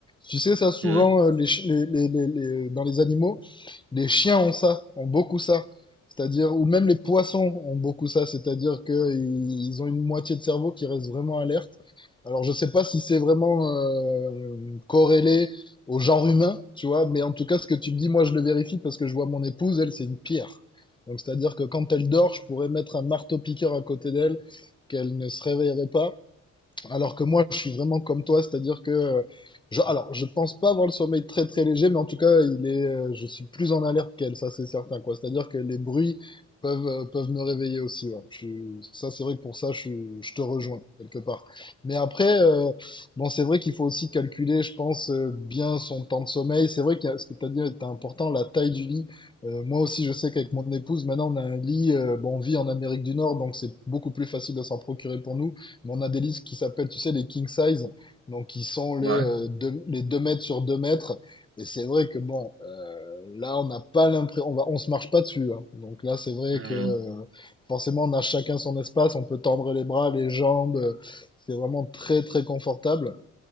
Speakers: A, on the left (about 15°); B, on the right (about 45°).
A: Tu sais ça souvent
B: Mm.
A: euh, les, chi- les, les, les- les- euh, dans les animaux, les chiens ont ça, ont beaucoup ça. C'est-à-dire, ou même les poissons ont beaucoup ça. C'est-à-dire qu'ils ont une moitié de cerveau qui reste vraiment alerte alors, je sais pas si c'est vraiment euh, corrélé au genre humain, tu vois, mais en tout cas, ce que tu me dis, moi, je le vérifie parce que je vois mon épouse, elle, c'est une pierre. Donc, c'est-à-dire que quand elle dort, je pourrais mettre un marteau-piqueur à côté d'elle, qu'elle ne se réveillerait pas. Alors que moi, je suis vraiment comme toi, c'est-à-dire que euh, je, alors, je pense pas avoir le sommeil très très léger, mais en tout cas, il est, euh, je suis plus en alerte qu'elle, ça c'est certain, quoi. C'est-à-dire que les bruits peuvent, euh, peuvent me réveiller aussi, ouais. Je suis- ça c'est vrai que pour ça, je, suis- je te rejoins quelque part. Mais après, euh, bon, c'est vrai qu'il faut aussi calculer, je pense, euh, bien son temps de sommeil. C'est vrai que ce que tu as dit est important, la taille du lit. Euh, moi aussi, je sais qu'avec mon épouse, maintenant, on a un lit, euh, bon, on vit en Amérique du Nord, donc c'est beaucoup plus facile de s'en procurer pour nous. Mais on a des listes qui s'appellent, tu sais, les king size, donc qui sont les,
B: Ouais.
A: euh, deux, les 2 mètres sur 2 mètres. Et c'est vrai que bon, euh, là, on n'a pas l'impression, on va, on se marche pas dessus. hein. Donc là, c'est vrai
B: Mm.
A: que euh, forcément, on a chacun son espace, on peut tendre les bras, les jambes. euh, C'est vraiment très, très confortable.